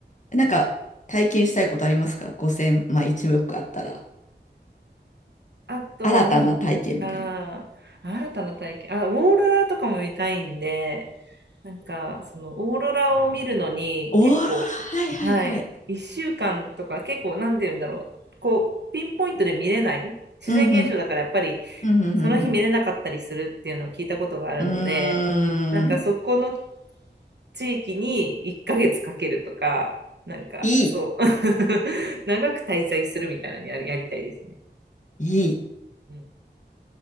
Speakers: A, on the left; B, on the right.
A: なんか、体験したいことありますか ?5000、まあ1億あったら、
B: あとはなん
A: 新たな体験みたいな。
B: か、新たな体験。あ、オーロラとかも見たいんで、なんか、そのオーロラを見るのに結構、
A: オーロラ、はいはいはい。
B: はい。1週間とか結構、なんて言うんだろう。こう、ピンポイントで見れない自然現象だからやっぱり、
A: うんうん。うんうんうん
B: その日見れなかったりするっていうのを聞いたことがあるので、
A: うん。うーん。
B: なんかそこの地域に1ヶ月かけるとか、なんかそう、
A: いい。
B: <laughs> 長く滞在するみたいなのやり、やりたいですね。
A: いい。
B: うん。